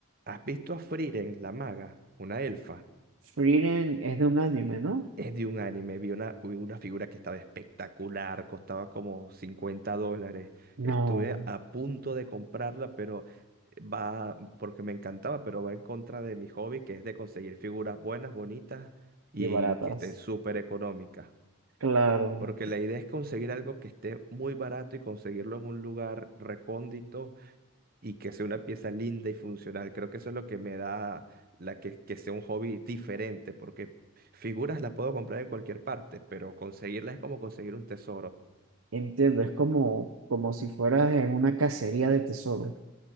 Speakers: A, on the right; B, on the right.
A: has visto a Frieren, la maga? Una elfa.
B: Frieren es de un anime, ¿no?
A: Es de un anime. Vi una, vi una figura que estaba espectacular, costaba como 50 dólares. Estuve
B: No,
A: a punto de comprarla, pero va, porque me encantaba, pero va en contra de mi hobby, que es de conseguir figuras buenas, bonitas y
B: y baratas.
A: que estén súper económicas.
B: Claro,
A: Porque la idea es conseguir algo que esté muy barato y conseguirlo en un lugar recóndito y que sea una pieza linda y funcional. Creo que eso es lo que me da la que, que sea un hobby diferente, porque figuras las puedo comprar en cualquier parte, pero conseguirlas es como conseguir un tesoro.
B: entiendo, es como, como si fueras en una cacería de tesoro.